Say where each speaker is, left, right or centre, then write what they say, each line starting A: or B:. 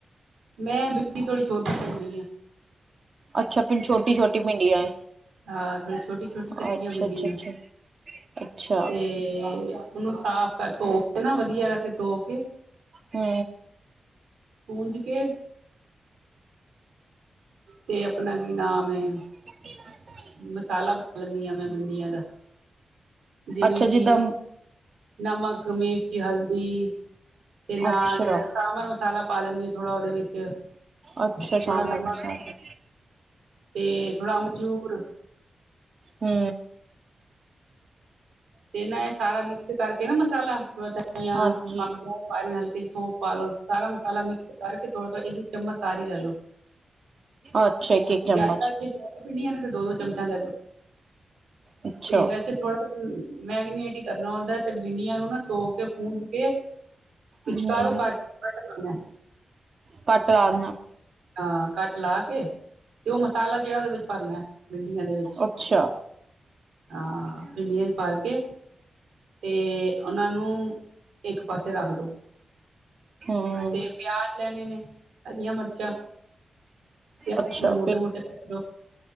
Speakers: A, on the right (about 80°); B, on the right (about 55°).
A: ਮੈਂ ਭਿੰਡੀ ਥੋੜ੍ਹੀ ਛੋਟੀ <unintelligible> ਲੈਂਦੀ ਹਾਂ।
B: ਅੱਛਾ ਫਿਰ ਛੋਟੀ ਛੋਟੀ ਭਿੰਡੀਆਂ
A: ਹਾਂ ਥੋੜੀ ਛੋਟੀ-ਛੋਟੀ
B: ਹੈ
A: ਕੱਚੀਆਂ
B: ਅੱਛਾ
A: ਭਿੰਡੀਆ
B: ਅੱਛਾ ਅੱਛਾ ਅੱਛਾ
A: ਤੇ ਉਹਨੂੰ ਸਾਫ਼ ਕਰਕੇ ਧੋ ਕੇ ਨਾ ਵਦੀਆ ਕਰਕੇ ਧੋ ਕੇ
B: ਹੰ
A: ਪੂੰਝ ਕੇ। ਤੇ ਅਪਨਾ ਕੀ ਨਾਮ ਏ
B: ਹ। <inaudible>
A: ਮਸਾਲਾ ਬਣਾ ਲੈਂਨੀ ਆ ਮੈਂ ਬਿੰਡੀਆਂ ਦਾ ਜਿਵੇਂ
B: ਅੱਛਾ ਜਿੱਦਾਂ
A: ਕਿ ਨਮਕ, ਮਿਰਚ, ਹਲਦੀ। ਤੇ ਨਾਲ
B: ਅੱਛਾ
A: ਸਾਂਭਰ ਮਸਾਲਾ ਪਾ ਲੈਂਨੀ ਆ ਥੋੜ੍ਹਾ ਉਹਦੇ ਵਿੱਚ
B: ਅੱਛਾ
A: ਥੋੜਾ
B: ਸਾਂਬਰ
A: ਨਮਕ
B: ਮਸਾਲਾ
A: ਤੇ ਥੋੜਾ ਅਮਚੂਰ
B: ਹੰ
A: ਤੇ ਨਾ ਇਹ ਸਾਰਾ ਮਿਕਸ ਕਰਕੇ ਨਾ ਮਸਾਲਾ ਥੋੜਾ ਧਨੀਆ
B: ਹਾਂਜੀ।
A: ਨਾਲੇ ਹਲਕਾ ਜਿ ਸੌਂਫ ਪਾ ਲੋ, ਸਾਰਾ ਮਸਾਲਾ ਮਿਕਸ ਕਰਕੇ ਥੋੜ੍ਹਾ ਥੋੜ੍ਹਾ ਚਮਚ ਸਾਰੀ ਲੇਲੋ
B: ਅੱਛਾ ਇੱਕ-ਇੱਕ ਚਮਚ
A: ਜਾਦਾ ਭਿੰਡੀਆਂ ਨੇ ਤੇ ਦੋ ਦੋ ਚਮਚਾ ਲੈ ਲੋ
B: ਅੱਛਾ
A: ਤੇ ਵੈਸੇ ਥੋੜਾ ਮੈਰੀਨੇਟ ਹੀ ਕਰਨਾ ਹੁੰਦਾ, ਤੇ ਭਿੰਡੀਆ ਨੂੰ ਨਾ ਧੋ ਕੇ ਪੂੰਜ ਕੇ ਵਿਚਕਾਰੋਂ
B: ਹੰ
A: ਕੱਟ ਕੱਟ ਲਾਣਾ
B: ਕੱਟ ਲਾ ਦੇਨਾ
A: ਹਾਂ ਕੱਟ ਲਾ ਕੇ ਤੇ ਉਹ ਮਸਾਲਾ ਜਿਹੜਾ ਉਹਦੇ ਵਿੱਚ ਭਰਨਾ ਏ, ਭਿੰਡੀਆਂ ਦੇ ਵਿੱਚ
B: ਅੱਛਾ
A: ਹਾਂ ਭਿਡੀਆਂ ਚ ਭਰਕੇ, ਤੇ ਉਹਨਾਂ ਨੂੰ ਇੱਕ ਪਾਸੇ ਰੱਖ ਦੋ
B: ਹੂੰ,
A: ਤੇ ਪਿਆਜ ਲੈਨੇ ਨੇ ਹਰੀਆਂ ਮਿਰਚਾਂ ਪਿਆਜ
B: ਅੱਛਾ
A: ਥੋੜੇ ਮੋਟੇ ਮੋਟੇ ਕੱਟ ਲਓ